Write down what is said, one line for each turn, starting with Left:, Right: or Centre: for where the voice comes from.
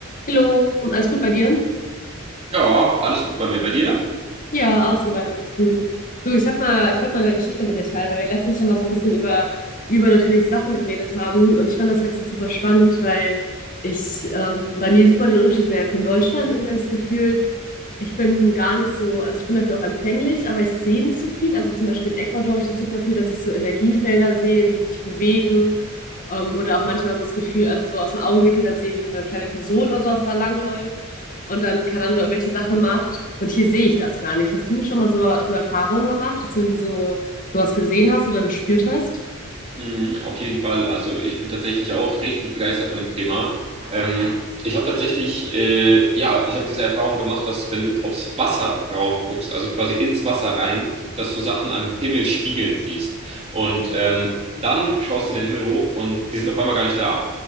Left: Hallo, alles gut bei dir?
Right: Ja, alles gut bei mir. Bei dir?
Left: Ja, auch soweit alles gut. Du, ich hab mal, ich wollte mal eine Geschichte mit dir teilen, weil wir letztens schon mal so ein bisschen über übernatürliche Sachen geredet haben und ich fand das letztens super spannend, weil ich ähm, bei mir super den Unterschied merke. In Deutschland irgendwie habe ich das Gefühl, ich bin gar nicht so, also ich bin dafür auch empfänglich, aber ich sehe nicht so viel. Also zum Beispiel in Ecuador habe ich das super viel, dass ich so Energiefelder sehe, wie die sich bewegen. Ähm, oder auch manchmal so das Gefühl, also so aus dem Augenwinkel dann sehe, wie so eine kleine Person oder sowas da langläuft. und dann keine Ahnung, irgendwelche Sachen macht. Und hier sehe ich das gar nicht. Hast du schon mal so, so Erfahrungen gemacht, dass du irgendwie so sowas gesehen hast oder gespürt hast?
Right: Mhm, auf jeden Fall. Also ich bin tatsächlich auch richtig begeistert von dem Thema. Ähm, ich habe tatsächlich, äh, ja, ich habe diese Erfahrung gemacht, dass wenn du aufs Wasser rauf guckst, also quasi ins Wasser rein, dass du Sachen am Himmel spiegeln siehst. Und ähm, dann schaust du den Himmel hoch und die sind auf einmal gar nicht da.